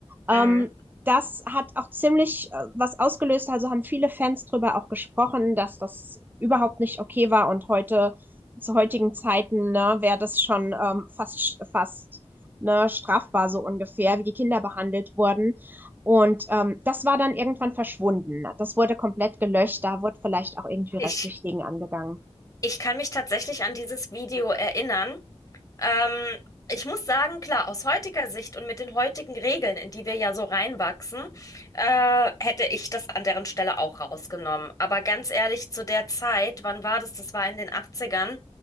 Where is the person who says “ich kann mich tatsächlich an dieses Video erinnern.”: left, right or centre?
Left